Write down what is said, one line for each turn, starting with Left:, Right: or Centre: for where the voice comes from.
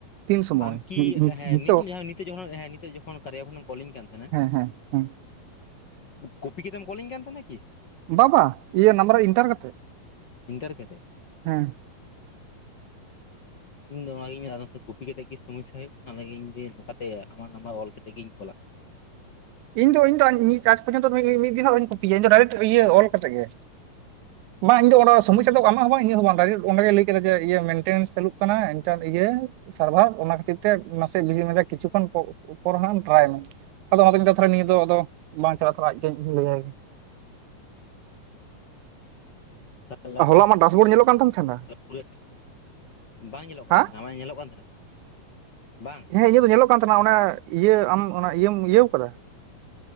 Right: ᱛᱤᱱ ᱥᱚᱢᱚᱭ
Left: ᱟᱢ ᱠᱤ ᱦᱮᱸ
Right: ᱱᱤᱛᱚᱜ
Left: ᱱᱤᱛᱳ ᱡᱟᱦᱟᱸ ᱱᱤᱛᱳᱜ ᱡᱚᱠᱷᱚᱱ ᱦᱮᱸ ᱱᱤᱛᱳᱜ ᱡᱚᱠᱷᱚᱱ ᱠᱟᱨᱭᱟ ᱠᱷᱚᱱᱮᱢ ᱠᱚᱞᱤᱧ ᱠᱟᱱ ᱛᱟᱦᱮ
Right: ᱦᱮᱸ ᱦᱮᱸ ᱦᱮᱸ
Left: ᱠᱚᱯᱤ ᱠᱮᱛᱟᱢ ᱠᱚᱞᱤᱧ ᱠᱟᱱ ᱛᱟᱦᱮᱱᱟ ᱠᱤ
Right: ᱵᱟ-ᱵᱟ ᱤᱭᱟᱹ ᱱᱟᱢᱵᱟᱨ ᱤᱱᱴᱟᱨ ᱠᱟᱛᱮᱜ
Left: ᱤᱱᱴᱟᱨ ᱠᱟᱛᱮᱫ
Right: ᱦᱮᱸ
Left: ᱤᱧᱫᱚ ᱚᱱᱟᱜᱤᱧ ᱢᱮᱱ ᱮᱫᱟ ᱟᱫᱚ ᱠᱚᱯᱤ ᱠᱟᱛᱮᱫ ᱠᱤ ᱥᱚᱢᱚᱥᱥᱟ ᱦᱩᱭᱩᱜᱼᱠᱟᱱᱟ ᱚᱱᱟᱜᱤᱧ ᱱᱚᱝᱠᱟᱛᱮ ᱟᱢᱟᱜ ᱱᱟᱢᱵᱟᱨ ᱚᱞ ᱠᱟᱛᱮ ᱜᱤᱧ ᱠᱚᱞᱟᱫ
Right: ᱤᱧ ᱫᱚ ᱤᱧ ᱫᱚ ᱤᱧ ᱟᱡᱽ ᱯᱚᱨᱡᱚᱱᱛᱚ ᱢᱤᱫ ᱫᱤᱱ ᱦᱚᱸ ᱟᱶᱨᱤᱧ ᱠᱩᱯᱤᱭᱟ ᱤᱧ ᱫᱚ ᱰᱟᱭᱨᱮᱠᱴ ᱤᱭᱟᱹ ᱚᱞ ᱠᱟᱛᱮ ᱜᱮ ᱵᱟᱝ ᱤᱧ ᱫᱚ ᱚᱰᱮ ᱥᱚᱢᱚᱥᱥᱟ
Left: ᱢᱮᱭᱟ᱾
Right: ᱫᱚ ᱟᱢᱟᱜ ᱦᱚᱸ ᱵᱟᱝ ᱤᱧᱟᱜ ᱦᱚᱸ ᱵᱟᱝ ᱰᱟᱭᱨᱮᱠᱴ ᱚᱸᱰᱮ ᱜᱮ ᱞᱟᱹᱭ ᱠᱮᱫᱟ ᱡᱮ ᱤᱭᱟᱹ ᱢᱮᱱᱴᱮᱱᱥ ᱪᱟᱞᱩᱜ ᱠᱟᱱᱟ ᱮᱱᱴᱟᱨ ᱤᱭᱟᱹ ᱥᱟᱨᱵᱷᱟᱨ ᱚᱱᱟ ᱠᱷᱟᱹᱛᱤᱨ ᱛᱮ ᱱᱟᱥᱮ ᱵᱤᱡᱤ ᱢᱮᱱ ᱮᱫᱟ ᱠᱤᱪᱷᱩ ᱠᱷᱚᱱ ᱯᱚ ᱯᱚᱨ ᱦᱟᱸᱜ ᱟᱢ ᱴᱨᱟᱭ ᱢᱮ ᱟᱫᱚ ᱚᱱᱟ ᱫᱚ ᱤᱧ ᱫᱚ ᱛᱟᱦᱚᱞᱮ ᱱᱤᱭᱟᱹ ᱫᱚ ᱟᱫᱚ ᱵᱟᱝ ᱪᱟᱞᱟᱜ ᱛᱚᱨᱟᱭᱟᱜ ᱠᱟᱹᱭᱟᱹᱧ
Left: ᱦᱩᱸ <unintelligible>
Right: ᱦᱚᱞᱟ ᱟᱢᱟᱜ ᱰᱟᱥᱵᱳᱨᱰ ᱧᱮᱞᱚᱜ ᱠᱟᱱ ᱛᱟᱢ ᱛᱟᱦᱮᱱᱟ
Left: ᱯᱩᱨᱟᱹ ᱵᱟᱝ ᱧᱮᱞᱚᱜ ᱠᱟᱱ
Right: ᱦᱮᱸ
Left: ᱛᱟᱦᱮᱱᱟ ᱟᱢᱟᱜ ᱧᱮᱞᱚᱜ ᱠᱟᱱ ᱛᱟᱦᱮᱱᱟ ᱵᱟᱝ
Right: ᱦᱮᱸ ᱤᱧᱟᱹᱜ ᱫᱚ ᱧᱮᱞᱚᱜ ᱠᱟᱱ ᱛᱟᱦᱮᱱᱟ ᱚᱱᱟ ᱤᱭᱟᱹ ᱟᱢ ᱚᱱᱟ ᱤᱭᱟᱹᱢ ᱤᱭᱟᱹ ᱟᱠᱟᱫᱟ